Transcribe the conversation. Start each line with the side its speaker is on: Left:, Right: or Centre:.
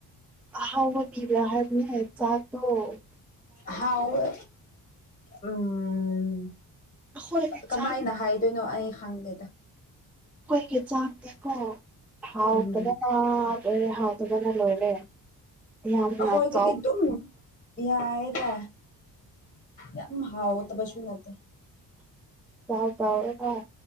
Centre: ꯑꯍꯥꯎꯕꯤꯕꯔ ꯍꯥꯏꯔꯅꯦ ꯆꯥꯇꯣ <inaudible>
Left: ꯍꯥꯎꯋꯦ ꯎꯝ
Centre: ꯑꯩꯈꯣꯏꯒꯤ
Left: ꯀꯃꯥꯏꯅ
Centre: ꯆꯥꯛ
Left: ꯍꯥꯏꯗꯣꯏꯅꯣ ꯑꯩ ꯍꯪꯗꯦ
Centre: ꯑꯩꯈꯣꯏꯒꯤ ꯆꯥꯛꯇꯤꯀꯣ ꯍꯥꯎꯇꯕꯅ
Left: ꯎꯝ
Centre: ꯂꯣꯏꯔꯦ ꯍꯥꯎꯇꯕꯅ ꯂꯣꯏꯔꯦ ꯌꯥꯝꯅ
Left: ꯑꯩꯈꯣꯏꯒꯤꯗꯤ
Centre: ꯆꯥꯎ
Left: ꯗꯨꯝ ꯌꯥꯌꯦꯗ ꯌꯥꯝ ꯍꯥꯎ ꯇꯕꯁꯨ ꯅꯠꯇꯦ
Centre: <inaudible>